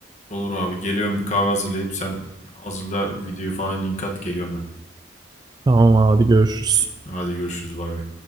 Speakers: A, on the left (about 40°); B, on the right (about 20°).
A: Olur abi geliyorum bir kahve hazırlayıp sen hazırla videoyu falan link at geliyorum ben.
B: Tamam abi, hadi görüşürüz.
A: Hadi görüşürüz bay bay.